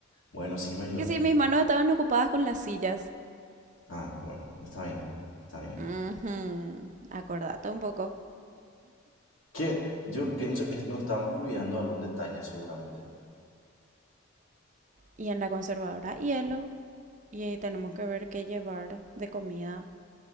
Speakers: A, on the left; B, on the right.
A: Bueno, sí me ayudaste.
B: Que sí, mis manos estaban ocupadas con las sillas.
A: Ah, bueno, está bien, está bien.
B: Ujú, Acordate un poco.
A: Que yo pienso, es- nos estamos olvidando de algún detalle seguramente.
B: Y en la conservadora, hielo. Y ahí tenemos que ver qué llevar de comida